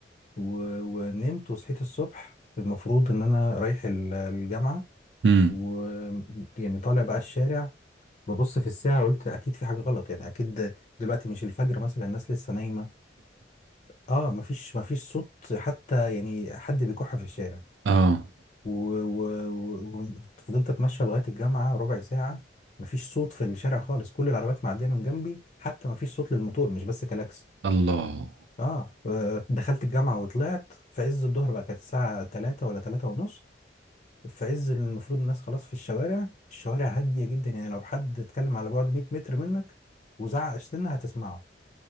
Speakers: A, on the left; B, on the right.
A: و- ونمت وصحيت الصبح المفروض ان انا رايح ال- الجامعه
B: امم
A: ويعني طالع بقى الشارع ببص في الساعه قلت اكيد في حاجه غلط يعني اكيد دلوقتي مش الفجر مثلا الناس لسه نايمه اه مفيش مفيش صوت حتى يعني حد بيكح في الشارع
B: اه
A: وفضلت اتمشى لغايه الجامعه ربع ساعه مفيش صوت في الشارع خالص كل العربيات معديه من جنبي حتى مفيش صوت للموتور مش بس كلاكس
B: الله
A: اه آه، دخلت الجامعه وطلعت في عز الظهر بقى كانت الساعه 3 ولا 3 ونص في عز المفروض الناس خلاص في الشوارع الشوارع هاديه جدا يعني لو حد اتكلم على بعد 100 متر منك وزعق سنه هتسمعه